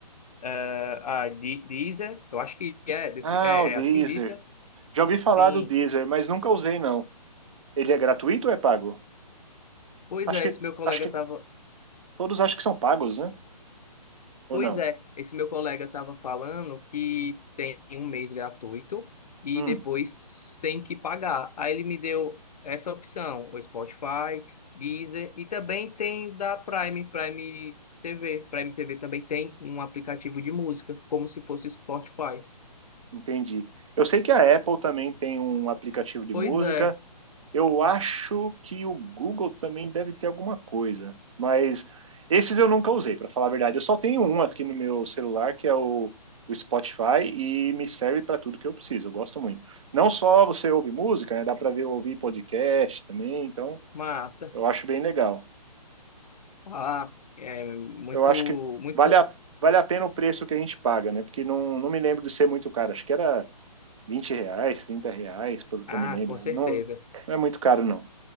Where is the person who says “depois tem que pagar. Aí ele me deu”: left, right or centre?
Left